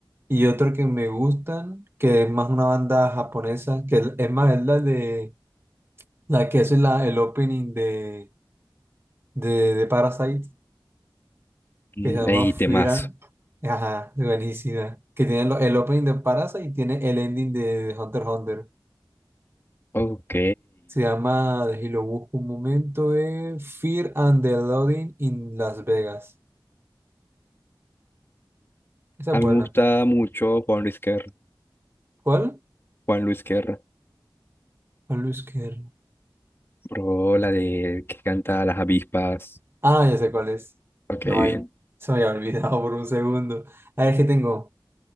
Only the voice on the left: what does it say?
Mm,
y
temas.
Ok,
a
mí me gusta mucho Juan Luis Guerra,
Juan Luis Guerra.
Bro, la de que canta las avispas.
Ok,
bien.